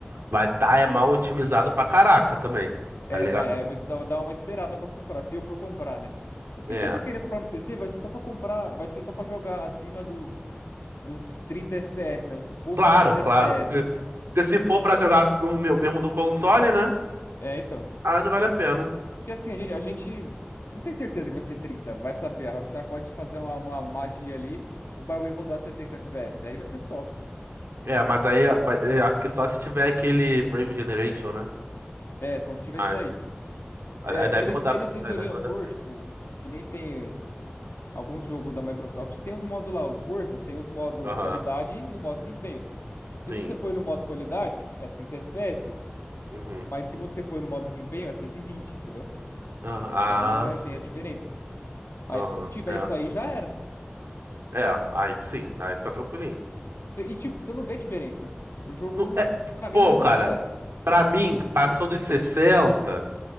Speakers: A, on the right; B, on the left.
A: vai estar é mal otimizado pra caraca também,
B: É,
A: tá ligado?
B: vai, aí eu vou dar dar uma esperada pra comprar, se eu for comprar, né? Porque
A: É.
B: se eu for querer comprar no PC, vai ser só pra comprar, vai ser só pra jogar acima dos dos 30 FPS, né? O suposto
A: Claro,
B: 30
A: claro,
B: FPS.
A: porque, porque se for pra jogar no meu mesmo do console, né?
B: É, então.
A: Aí não vale a pena.
B: Porque assim, a gente, a gente não tem certeza que vai ser trinta vai saber. A Rockstar pode fazer uma, uma magia ali, o bagulho rodar 60 FPS, aí vai ser top.
A: É, mas aí vai- eu acho que só se tiver aquele Frame Generation, né?
B: É, só se tiver
A: Ah,
B: isso aí.
A: é. Aí
B: É,
A: aí deve
B: eles,
A: rodar,
B: eles deveriam
A: aí deve rodar
B: pôr,
A: sim.
B: tipo, que nem tem alguns jogos da Microsoft, tem os modos lá, os Forza, tem os modos
A: Aham,
B: qualidade e o modo desempenho. Se
A: sim.
B: você põe no modo qualidade, é 30 FPS,
A: Uhum.
B: mas se você põe no modo desempenho, é cento e vinte entendeu?
A: Aham, Ah,
B: Então é,
A: sim.
B: tem a diferença. Aí
A: Aham,
B: se tiver
A: é.
B: isso aí, já era.
A: É, aí sim, aí fica tranquilinho.
B: Cê- E, tipo, você não vê diferença. O jogo,
A: Não,
B: não,
A: é,
B: pra mim,
A: pô,
B: não muda
A: cara,
B: nada.
A: pra mim, passou dos 60,